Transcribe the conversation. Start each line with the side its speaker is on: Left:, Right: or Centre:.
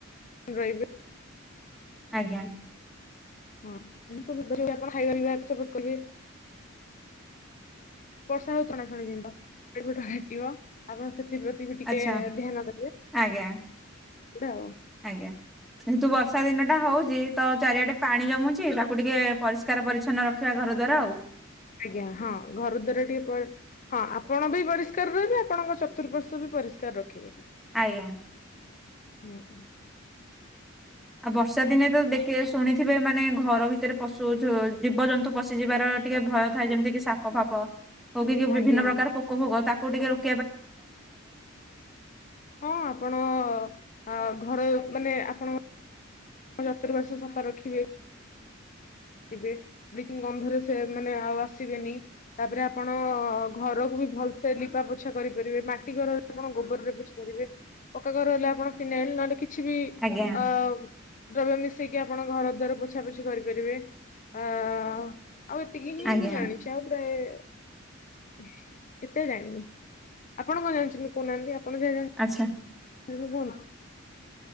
Left: ରହିବେ।
Centre: ଆଜ୍ଞା।
Left: ହଁ ଏମିତି ସବୁପ ହାଇଗ ସପୋର୍ଟ କରିବେ। ବର୍ଷା ହଉ ଛଣା ଛଣି ଜିନିଷ ପେଟ ଫେଟ କାଟିବ ଆପଣ ସେ ସେ ପ୍ରତି ବି ଟିକେ
Centre: ଆଚ୍ଛା
Left: ଧ୍ୟାନ ଦେବେ
Centre: ଆଜ୍ଞା
Left: ଆଉ
Centre: ଆଜ୍ଞା। କିନ୍ତୁ ବର୍ଷା ଦିନ ଟା ହଉଛି ତ ଚାରିଆଡେ ପାଣି ଜମୁଛି ତାକୁ ଟିକେ ପରିଷ୍କାର ପରିଚ୍ଛନ୍ନ ରଖିବା କଥ ଘରଦ୍ୱାର ଆଉ।
Left: ଆଜ୍ଞା ହଁ ଘର ଦ୍ଵାରା ଟିକେ ହଁ ଆପଣ ବି ପରିଷ୍କାର ରହିବେ ଆପଣଙ୍କ ଚତୁଃପାର୍ଶ୍ଵ ବି ପରିଷ୍କାର ରଖିବେନି।
Centre: ଆଜ୍ଞା।
Left: ଓହୋ।
Centre: ଆଉ ବର୍ଷା ଦିନେ ତ ଦେଖେ ଶୁଣିଥିବେ ମାନେ ଘର ଭିତରେ ପଶୁ ଜୀବଜନ୍ତୁ ପଶିଯିବାର ଟିକେ ଭୟ ଥାଏ ଯେମିତି କିି ସାପ ଫାପ ହଉ କି କି ବିଭିନ୍ନ
Left: ଆଜ୍ଞା
Centre: ପ୍ରକାର ପୋକ ଫୋକ ତାକୁ ଟିକେ ରୋକ୍
Left: ହଁ ଆପଣ ଆ ଘର ମାନେ ଆପଣ ଚତୁଃପାର୍ଶ୍ଵସଫା ରଖିବେ। ବ୍ଚ କମ ଧ ସେ ମାନେ ଆଉ ଆସିବେନି ତାପରେ ଆପଣ ଘରକୁ ବି ଭଲସେ ଲିପା ପୋଛା କରିପାରିବେ ମାଟି ଘରରେ ଆପଣ ଗୋବରରେ ପୋଛି ପାରିବେ ପକ୍କା ଘର ହେଲେ ଆପଣ ଫିନାଇଲ ନହେଲେ କିଛି କିଛି ବି
Centre: ଆଜ୍ଞା
Left: ଅ- ଦ୍ରବ୍ୟ ମିଶେଇକି ଆପଣ ଘର ଦ୍ଵାର ପୋଛାପୋଛି କରିପାରିବେ। ଅ-ଆଉ ଏତିକି ହିଁ
Centre: ଆଜ୍ଞା
Left: ମୁଁ ଜାଣିଛି ଆଉ ପ୍ରାୟେ ଏତେ ଜାଣିନି ଆପଣ କଣ ଜାଣିଛନ୍ତି? କହୁନାହାନ୍ତି। <unintelligible>
Centre: ଆଚ୍ଛା।
Left: ଆଉ ସବୁ ଭଲ